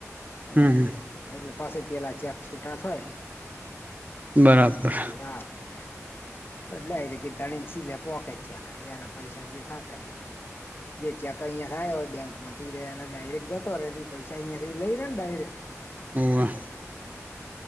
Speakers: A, on the right (about 30°); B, on the left (about 40°).
A: હમ
B: અહિયથી એટલે પાછા પેલા ચેક છૂટા થાય
A: બરાબર
B: પાસે યા નહી હે. લએ કે દણીને સીલે પોકે ચેક એના પૈસા જે થ થ એ જે ચેક અહીંયા થાય હોય બેકમાંથી રે અને ડાયરેક્ટ જતો રે પૈસા અહીયા થી લઈ રે ને ડાયરેક
A: હમ્મ.